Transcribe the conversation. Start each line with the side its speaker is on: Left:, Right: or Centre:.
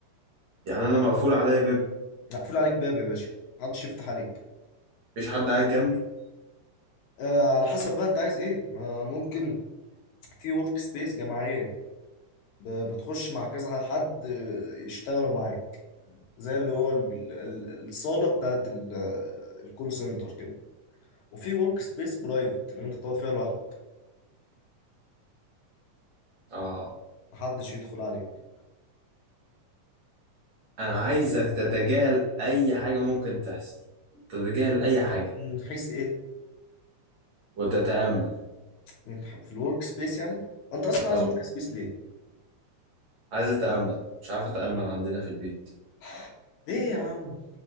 Right: يعني انا مقفول عليا باب
Left: مقفول عليك باب يا باشا محدش يفتح عليك
Right: مفيش حد قاعد جنبي
Left: آه على حسب بقى انت عايز ايه ما ممكن في ورك سبيس جماعيه ب- بتخش مع كذا حد آه، يشتغلوا معاك زي اللي هو ال- ال- ال- الصاله بتاعت ال- آه، الكول سنتر كده وفي ورك سبيس برايفت اللي انت تقعد فيها لوحدك
Right: اه
Left: محدش يدخل عليك
Right: انا عايزك تتجاهل اي حاجة ممكن تحصل تتجاهل اي حاجة
Left: من حيث ايه
Right: وتتأمل
Left: من ح- في الورك سبيس يعني انت اصلا عايز
Right: اه
Left: ورك سبيس ليه
Right: عايز اتأمل مش عارف اتأمل عندنا في البيت
Left: <sighs> ليه يا عم